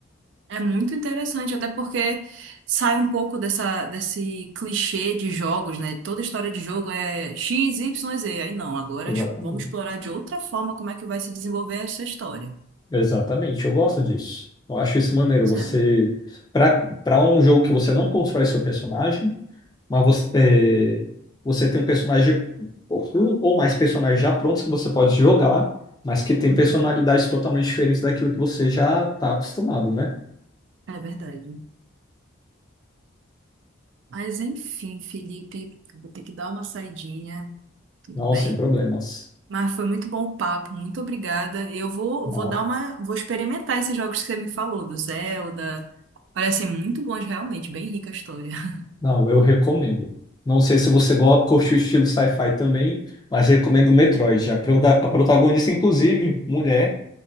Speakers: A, on the right (about 65°); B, on the left (about 20°).
A: É muito interessante, até porque sai um pouco dessa, desse clichê de jogos, né? Toda história de jogo é X, Y, Z. Aí não, agora
B: Exatamente.
A: es- vamos explorar de outra forma como é que vai se desenvolver essa história.
B: Exatamente, eu gosto disso. Eu acho isso maneiro.
A: Pois
B: Você,
A: é.
B: para para um jogo que você não constrói seu personagem, mas você, é, você tem um personagem ou, um ou mais personagens já prontos que você pode jogar, mas que tem
A: Uhum.
B: personalidades totalmente diferentes daquilo que você já está acostumado, né?
A: É verdade. Mas enfim, Felipe, eu vou ter que dar uma saidinha. Tudo
B: Não,
A: bem?
B: sem problemas.
A: Mas foi muito bom o papo, muito obrigada. Eu vou,
B: Não,
A: vou dar uma, vou experimentar esses jogos que você me falou, do Zelda. Parecem muito bons realmente, bem rica a história. <laughs>
B: não, eu recomendo. Não sei se você go- curte o estilo sci-fi também, mas recomendo Metroid. A, proda- a protagonista, inclusive, mulher.